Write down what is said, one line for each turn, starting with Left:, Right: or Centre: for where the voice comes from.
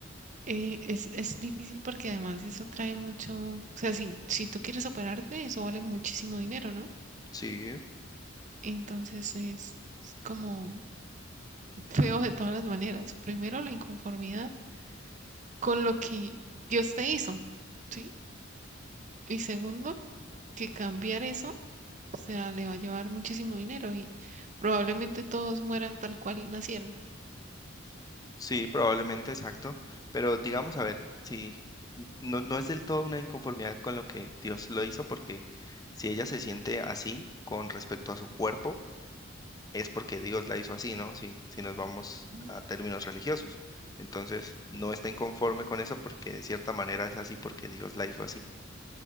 Right: Eh, es, es difícil porque además eso trae mucho, o sea, si, si tú quieres operarte, eso vale muchísimo dinero, ¿no?
Left: Sí,
Right: Entonces es, es como feo de todas las maneras. Primero, la inconformidad con lo que Dios te hizo, ¿sí? Y segundo, que cambiar eso, o sea, le va a llevar muchísimo dinero y probablemente todos mueran tal cual nacieron.
Left: sí, probablemente exacto. Pero digamos, a ver, sí, n- no, no es del todo una inconformidad con lo que Dios lo hizo, porque si ella se siente así con respecto a su cuerpo, es porque Dios la hizo así, ¿no? Si, si nos vamos
Right: Ujú.
Left: a términos religiosos. Entonces, no está inconforme con eso porque de cierta manera es así porque Dios la hizo así,